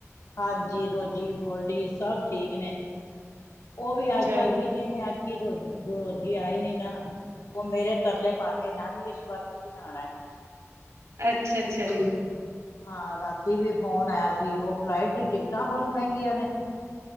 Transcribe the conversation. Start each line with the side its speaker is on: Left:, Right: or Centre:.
Left: ਹਾਂਜੀ ਰੋਜ਼ ਗੋਲਡੀ ਸਭ ਠੀਕ ਨੇ ਉਹ ਵੀ
Right: ਚ
Left: ਅੱਜ ਕੱਲ੍ਹ ਵੀ। ਨੇ ਅੱਜ ਕੀ ਰੋ ਰੋਜ਼ੀ ਆਏ ਨੀ ਨਾ। ਉਹ ਮੇਰੇ ਤਰਲੇ ਪਾਉਂਦੇ ਨਾਨੀ ਇਸ ਵਾਰ ਤੁਸੀਂ ਆਉਣਾ।
Right: ਅੱਛਾ ਅੱਛਾ ਜੀ।
Left: ਹਾਂ ਰਾਤੀ ਵੀ ਫੋਨ ਆਇਆ ਸੀ ਉਹ ਫਲਾਈਟ ਦੀ ਟਿਕਟਾਂ ਬਹੁਤ ਮਹਿੰਗੀਆਂ ਨੇ।